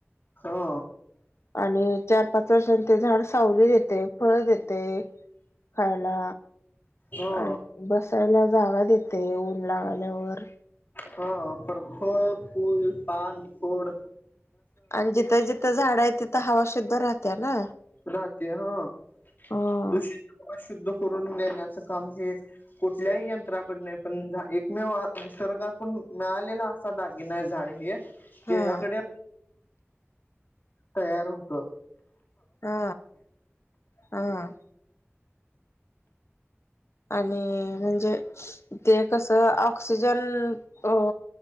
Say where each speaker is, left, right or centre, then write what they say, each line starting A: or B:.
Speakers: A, on the left; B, on the left.
A: हो
B: आणि चार -पाच वर्षांनी ते झाड सावली देते, फळ देते. खायला
A: हा
B: अन् बसायला जागा देते ऊन लागल्यावर.
A: हा, पर फळ, फुल, पान, फोड
B: आणि जिथं जिथं झाडं आहे, तिथं हवा शुद्ध राहत्या ना.
A: राहते ह,
B: हा
A: दूषित-शुद्ध करून देण्याचं काम हे. कुठल्याही यंत्राकड नाही, पण एकमेव हा निसर्गातून मिळालेला. दागिना आहे झाड हे.
B: हा.
A: त्याच्याकडे तयार होतो.
B: हा. हा. आणि म्हणजे. ते कसं ऑक्सिजन अ,